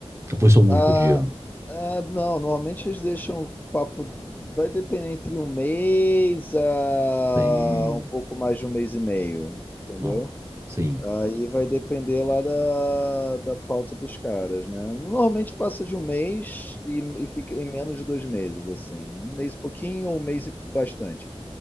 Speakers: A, on the right; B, on the left.
A: Ou foi só um único
B: Ah,
A: dia?
B: ah, não, normalmente eles deixam o papo. Vai depender entre um mês a
A: Tem.
B: um pouco mais de um mês e meio, entendeu?
A: Ó, sim.
B: Aí vai depender lá da, da pauta dos caras, né? Normalmente passa de um mês e, e fica em menos de dois meses, assim. Um mês e pouquinho ou um mês e bastante.